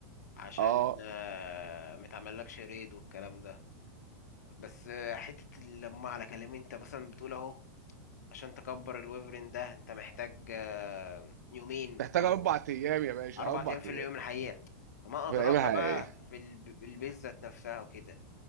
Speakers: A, on the left; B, on the right.
A: عشان
B: اه
A: آه ما تعملكش ريد والكلام ده بس آه، حتة لما على كلامي انت مثلا بتقول اهو عشان تكبر الويفرين ده انت محتاج آه، يومين
B: تحتاج
A: او
B: اربع ايام يا باشا
A: اربع
B: اربع
A: ايام في
B: ايام
A: اليوم الحقيقة فما ادراك
B: فاهمها
A: بقى
B: ايه
A: في الب- البيتزا ذات نفسها وكده